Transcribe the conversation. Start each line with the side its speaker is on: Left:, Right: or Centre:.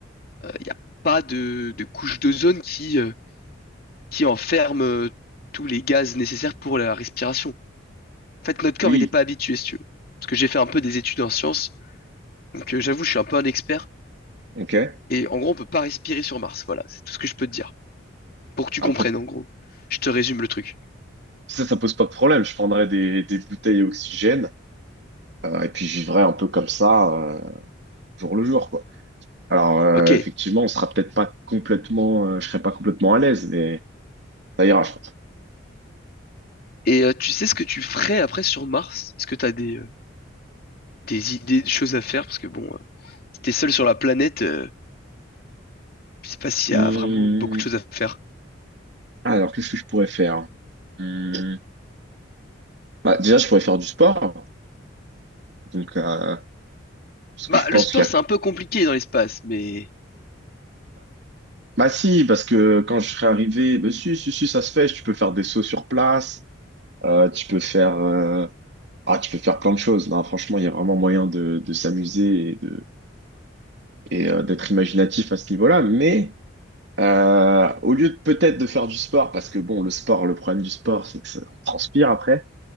Left: euh, il n'y a pas de, de couche d'ozone qui, euh, qui enferme euh, tous les gaz nécessaires pour la respiration. En fait, notre corps,
Right: oui,
Left: il n'est pas habitué, si tu veux. Parce que j'ai fait un peu des études en sciences, donc euh, j'avoue, je suis un peu un expert.
Right: ok.
Left: Et en gros, on peut pas respirer sur Mars. Voilà, c'est tout ce que je peux te dire. Pour que tu
Right: On
Left: comprennes,
Right: peut...
Left: en gros. Je te résume le truc.
Right: Ça, ça pose pas de problème. Je prendrais des, des bouteilles à oxygène euh, et puis je vivrais un peu comme ça, euh, jour le jour, quoi. Alors, euh,
Left: Ok.
Right: effectivement, on sera peut-être pas complètement, euh, je serai pas complètement à l'aise, mais ça ira, je pense.
Left: Et euh, tu sais ce que tu ferais après sur Mars? Est-ce que t'as des, euh, des idées, des choses à faire? Parce que bon, euh, si t'es seul sur la planète, euh, je sais pas s'il
Right: Hum,
Left: y a vraiment beaucoup de choses à faire.
Right: Alors, qu'est-ce que je pourrais faire? Hum, Bah, déjà, je pourrais faire du sport. Donc, euh, parce que
Left: Bah,
Right: je pense
Left: le sport,
Right: qu'il y
Left: c'est
Right: a...
Left: un peu compliqué dans l'espace, mais...
Right: Bah si, parce que quand je serai arrivé, bah si, si, si, ça se fait, tu peux faire des sauts sur place, euh, tu peux faire euh, ah, tu peux faire plein de choses. Non, franchement, il y a vraiment moyen de, de s'amuser et de et euh, d'être imaginatif à ce niveau-là. Mais euh, au lieu de peut-être de faire du sport, parce que bon, le sport, le problème du sport, c'est que ça on transpire après.